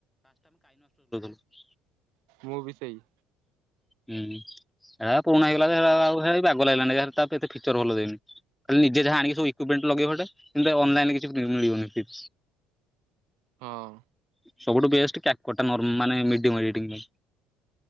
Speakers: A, in the centre; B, on the right.
A: <unintelligible>
B: ମୁଁ ବି ସେଇ।
A: ହୁଁ ସେଟା ପୁରୁଣା ହେଇଗଲାଟ ଆଉ ବାଗ ଲାଗିଲାନି ଏତେ ଫିଚର ଭଲ ଦେଇନି। ଖାଲି ନିଜେ ଯାହା ଆଣିକ ସବୁଇକୁିପ୍େଣ୍ଟ ଲଗେଇବ ଅନଲାଇନ ରେ କିଛି ମିଳିବନି।
B: ହଁ।
A: ସବୁଠୁ ବେଷ୍ଟେ କ୍ୟାପ କଟ୍ ମିଡିମ୍ ରିଙ୍ଗୀ।